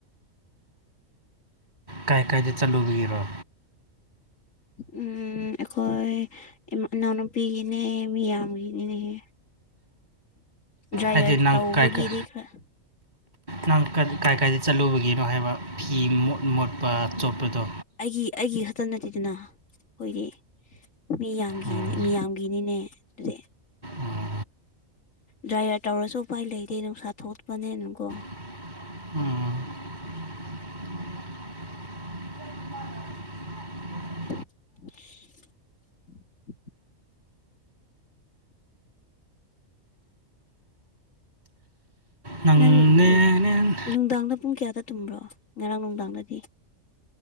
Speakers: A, on the right; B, on the left.
A: ꯀꯥꯏ-ꯀꯥꯏꯗ ꯆꯠꯂꯨꯒꯤꯔꯣ?
B: ꯎꯝ ꯑꯩꯈꯣꯏ ꯏꯝ ꯏꯅꯥꯎꯅꯨꯄꯤꯒꯤꯅꯦ ꯃꯤꯌꯥꯝꯔꯤꯅꯦꯍꯦ ꯗ꯭ꯔꯥꯏꯌꯔ
A: ꯍꯥꯏꯗꯤ ꯅꯪ
B: ꯇꯧꯕꯒꯤꯗꯤ
A: ꯀꯥꯏ ꯀꯥꯏ
B: ꯈꯔ
A: ꯅꯪ ꯀꯔꯤ ꯀꯥꯏ ꯀꯥꯏꯗ ꯆꯠꯂꯨꯕꯒꯤꯅꯣ ꯍꯥꯏꯕ ꯐꯤ ꯃꯣꯠ ꯃꯣꯠꯄ ꯆꯣꯠꯄꯗꯣ
B: ꯒꯤ ꯑꯩꯒꯤ ꯍꯛ ꯆꯟꯅꯇꯦꯗꯅ ꯑꯈꯣꯏꯗꯤ ꯃꯤ ꯌꯥꯝꯒꯤꯅꯦ
A: ꯎꯝ
B: ꯃꯤ ꯌꯥꯝꯒꯤꯅꯤꯅꯦ ꯑꯗꯨꯗꯤ
A: ꯎꯝ
B: ꯗ꯭ꯔꯥꯏꯌꯥꯔ ꯇꯧꯔꯁꯨ ꯎꯄꯥꯏ ꯂꯩꯇꯦ ꯅꯨꯡꯁꯥ ꯊꯣꯠꯄꯅꯤꯅꯀꯣ
A: ꯎꯝ
B: <inaudible>
A: ꯅꯪꯅꯦ
B: ꯅꯪ ꯎꯝ ꯅꯨꯡꯗꯥꯡꯗ ꯄꯨꯡ ꯀꯌꯥꯗ ꯇꯨꯝꯕ꯭ꯔꯣ ꯉꯔꯥꯡ ꯅꯨꯡꯗꯥꯡꯗꯗꯤ